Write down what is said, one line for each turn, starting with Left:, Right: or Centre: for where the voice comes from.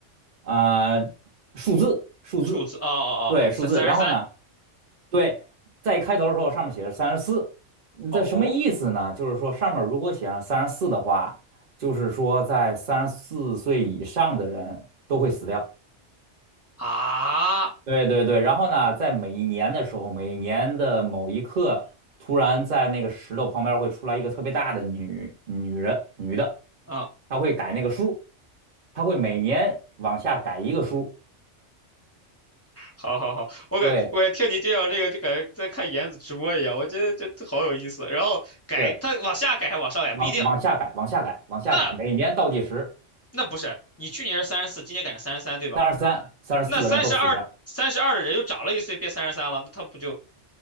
Right: 呃，数字，
Left: 数数字哦哦哦，
Right: 数字，对，数字。
Left: 三三十三。
Right: 然后呢？对，在开头的时候上面写着三十四，嗯这什么意思呢？
Left: 哦
Right: 就是说上面如果写上三十四的话，就是说在三十四岁以上的人都会死掉。
Left: 啊
Right: 对对对，然后呢，在每一年的时候，每一年的某一刻，突然在那个石头旁边会出来一个特别大的女女人女的，
Left: 啊
Right: 她会改那个数，她会每年往下改一个数，
Left: 好好好，我感我感觉听你介绍这个就感觉在看妍子直播一样，
Right: 对
Left: 我觉得这这好有意思。然后改，
Right: 对，
Left: 他往下改还往上改不一定，
Right: 往往下改，往下改，往下改，
Left: 那
Right: 每年倒计时。
Left: 那不是你去年是三十四，今年改成三十三对吧？
Right: 三十三、三十四的人都死掉，
Left: 那三十二三十二的人又长了一岁，变三十三了，那他不就